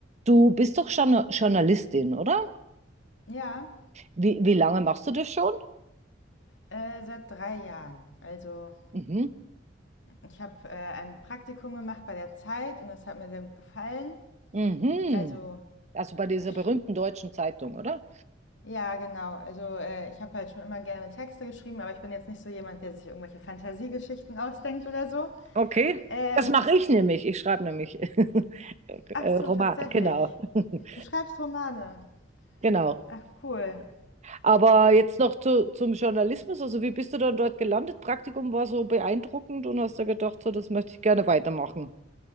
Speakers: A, on the right (about 40°); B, on the left (about 75°).
A: Du bist doch Journa- Journalistin, oder?
B: Ja,
A: Wie, wie lange machst du das schon?
B: äh, seit drei Jahren. Also
A: Mhm.
B: ich habe äh, ein Praktikum gemacht bei der Zeit und das hat mir sehr gut gefallen.
A: Mhm.
B: Also
A: Also bei dieser
B: ich,
A: berühmten deutschen Zeitung, oder?
B: ja, genau. Also äh, ich habe halt schon immer gerne Texte geschrieben, aber ich bin jetzt nicht so jemand, der sich irgendwelche Fantasiegeschichten <laughs> ausdenkt oder so.
A: Okay.
B: Ähm,
A: Das mache ich nämlich. Ich schreibe nämlich <laughs>
B: ach
A: äh,
B: so,
A: Romane,
B: tatsächlich.
A: genau. <laughs>
B: Du schreibst Romane.
A: Genau.
B: Ach cool.
A: Aber jetzt noch zu, zum Journalismus. Also wie bist du dann dort gelandet? Praktikum war so beeindruckend und hast da gedacht, so, das möchte ich gerne weitermachen.